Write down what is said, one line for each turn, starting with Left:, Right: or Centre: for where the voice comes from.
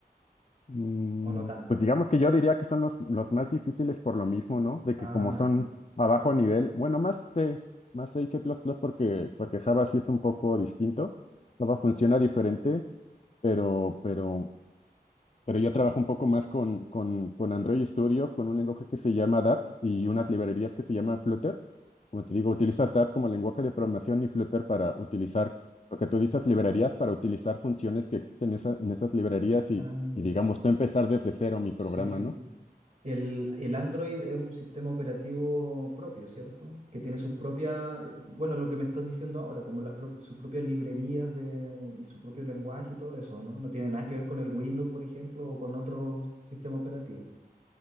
Left: mm,
Right: o no tanto.
Left: pues digamos que yo diría que son los, los más difíciles por lo mismo, ¿no? De
Right: Ah,
Left: que como son
Right: ya.
Left: a bajo nivel, bueno, más C, más C++ y C++ porque, porque Java sí es un poco distinto, Java funciona diferente, pero, pero pero yo trabajo un poco más con, con, con Android Studio, con un lenguaje que se llama Dart y unas librerías que se llaman Flutter. Como te digo, utilizas Dart como lenguaje de programación y Flutter para utilizar lo que tú dices, librerías, para utilizar funciones que existen en, esa- en esas librerías y,
Right: Ah,
Left: y, digamos,
Right: ya.
Left: tú empezar desde cero mi programa,
Right: Sí, sí.
Left: ¿no?
Right: El, el Android es un sistema operativo propio, ¿cierto? Que tiene sus propias, eh, bueno, lo que me estás diciendo ahora, como las prop- sus propias librerías de, y su propio lenguaje y todo eso, ¿no? No tiene nada que ver con el Windows, por ejemplo, o con otro sistema operativo.